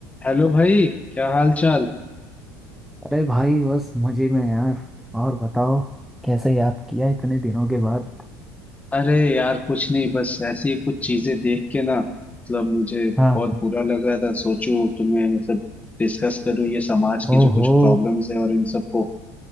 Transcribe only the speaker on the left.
Hello भाई क्या हाल चाल
अरे यार कुछ नहीं बस ऐसी ही कुछ चीजें देख के ना मतलब मुझे
बहुत बुरा लग रहा था सोचूं तुम्हें मतलब डिस्कस करूं ये समाज की
जो कुछ प्रॉब्लम्स है और इन सबको